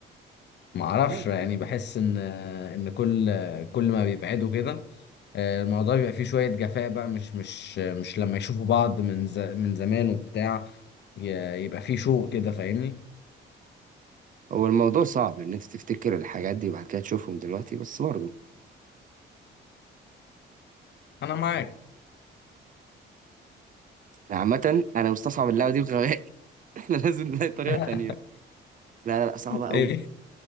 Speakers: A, on the left (about 60°); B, on the right (about 40°).
A: معرفش
B: ممكن
A: يعني بحس ان ان كل كل ما بيبعدوا كده آه، الموضوع بيبقى فيه شوية جفاء بقى مش مش مش لما يشوفوا بعض من ز... من زمان وبتاع ي- يبقى فيه شوق كده فاهمني
B: هو الموضوع صعب ان انت تفتكر الحاجات دي وبعد كده تشوفهم دلوقتي بس برضه
A: انا معاك
B: يعني عامة انا مستصعب اللعبة دي بغباء <laughs> احنا لازم نلاقي طريقة
A: <laughs>
B: تانية لا لا لا صعبة قوي
A: هي